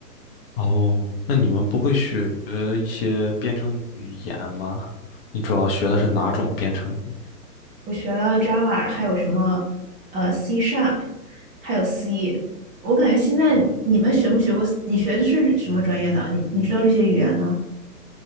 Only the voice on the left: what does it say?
哦，那你们不会学一些编程语言吗？你主要学的是哪种编程语